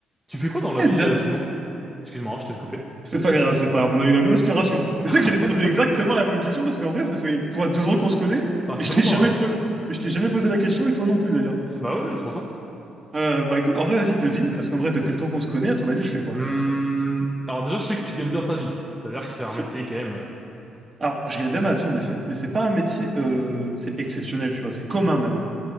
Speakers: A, in the centre; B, on the right.
A: Tu fais quoi dans la
B: Eh,
A: vie
B: da-
A: euh, sinon? Excuse-moi, hein, je t'ai coupé.
B: C'est pas grave, c'est pas grave, on a eu la même inspiration. Mais
A: <laughs>
B: tu sais que j'allais te poser exactement la même question parce qu'en vrai, ça fait quoi, deux ans qu'on se connaît
A: Ah, ça
B: et je
A: fait
B: t'ai
A: longtemps
B: jamais
A: là.
B: posé, et je t'ai jamais posé la question et toi non plus d'ailleurs.
A: Bah oui, c'est pour ça.
B: Euh, bah écoute, en vrai, vas-y, devine parce qu'en vrai, depuis le temps qu'on se connaît, à ton avis, je fais quoi?
A: Hum, alors déjà, je sais que tu gagnes bien ta vie. C'est-à-dire que c'est un
B: C'est-
A: métier quand même. euh,
B: Alors, je gagne bien ma vie en effet, mais c'est pas un métier, euh, c'est exceptionnel, tu vois, c'est commun même.